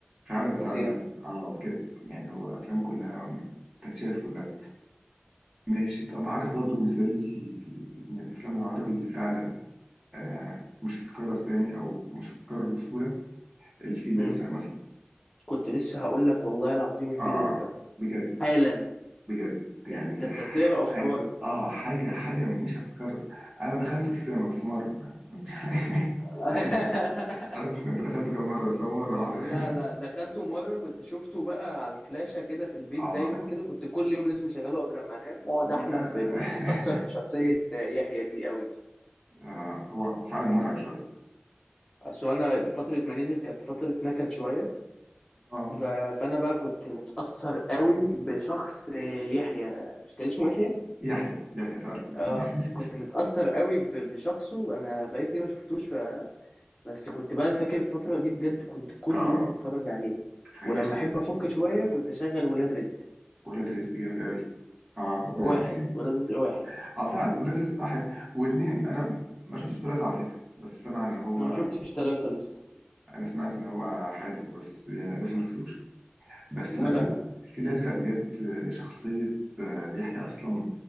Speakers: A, on the right; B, on the left.
A: فعلا فعلا
B: فظيع
A: اه بجد يعني هو افلامه
B: فظيع
A: كلها تتشاف كلها ماشي طب عارف برضو بالنسبة لي من الأفلام العربي اللي فعلا آه مش هتتكرر تاني أو مش هتتكرر بسهولة الفيل
B: مم.
A: الأزرق مثلا
B: كنت لسه هقول لك والله العظيم الفيل
A: آه
B: الأزرق
A: بجد
B: حالا
A: بجد يعني
B: إيه، انت إنت بتقرا افكاري
A: حاجة آه حاجة حاجة مش هتتكرر أنا دخلته في السينما بس مرة مش <laughs>
B: <laughs>
A: مش عارف أنت دخلته كام مرة بس هو مرة واحدة
B: لا لا
A: <laughs>
B: دخلته مرة بس شفته بقى على الفلاشة كده في البيت
A: آه
B: دايما كده كنت كل يوم لازم اشغله قبل ما انام واقعد
A: لا
B: احلم
A: <laughs>
B: ب... كنت متأثر بشخصية يحيى دي قوي بصراحة
A: آه هو هو فعلا مرعب شوية
B: اصل انا فترة ما نزل كانت فترة نكد شوية
A: آه
B: ف... فانا بقى كنت متأثر قوي بشخص يحيى مش كان اسمه يحيى
A: يحيى يحيى فعلا
B: اه
A: <laughs>
B: كنت متأثر قوي ب... بشخصه انا بقالي كتير ما شفتوش ف... بس كنت بقى فاكر الفترة دي بجد كنت كل
A: آه
B: يوم بتفرج عليه
A: هي
B: ولما
A: شخص
B: احب افك شوية كنت اشغل ولاد رزق
A: ولاد رزق جامد أوي آه
B: واحد
A: <laughs>
B: ولاد رزق واحد
A: اه فعلا ولاد واحد واثنين انا ما شفتش ثلاثة على فكرة بس سمع ان هو
B: انا ما شفتش ثلاثة لسه
A: انا سمعت ان هو حلو بس لسه ما شفتوش بس
B: ولا
A: لا في
B: انا
A: الفيل الازرق بجد شخصية آه، يحيى اصلا